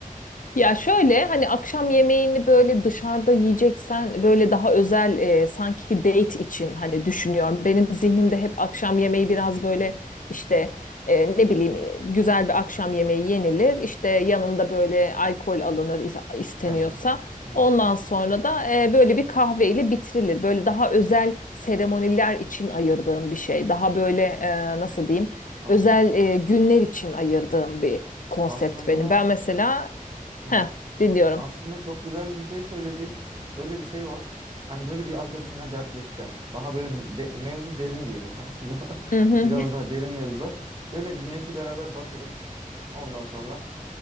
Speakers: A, on the left; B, on the right.
A: Ya şöyle hani akşam yemeğini böyle dışarıda yiyeceksen böyle daha özel e, sanki date için hani düşünüyorum. Benim zihnimde hep akşam yemeği biraz böyle işte e, ne bileyim e, güzel bir akşam yemeği yenilir. İşte yanında böyle alkol alınır is- isteniyorsa.
B: Hı Evet,
A: Ondan sonra da e, böyle bir kahveyle bitirilir. Böyle daha özel seremoniler için ayırdığım bir şey. Daha böyle e, nasıl diyeyim
B: anladım.
A: özel e, günler için ayırdığım bir konsept
B: Aslında
A: benim. Ben mesela
B: hı
A: Heh,
B: hı.
A: dinliyorum.
B: Aslında çok güzel bir şey söyledin. Şöyle bir şey var. Hani böyle bir arkadaşınla dertleşeceksin. Daha böyle de- mevzu derin diyelim tamam mı? <laughs>
A: Hı hı.
B: Biraz daha derin mevzular. Şöyle güneşi beraber batırıp Ondan sonra